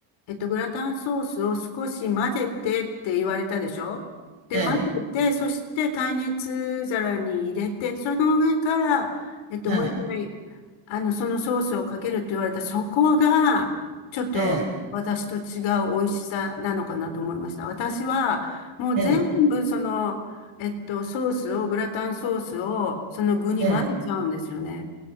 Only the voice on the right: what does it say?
え、え
え、はい、
ええ、
ええ、
ええ。